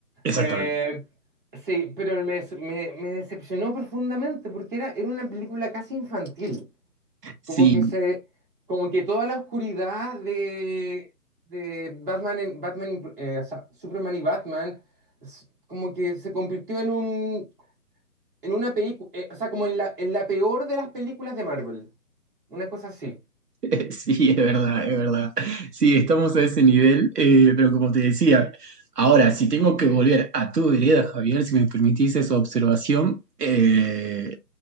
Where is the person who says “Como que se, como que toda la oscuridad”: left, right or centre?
Right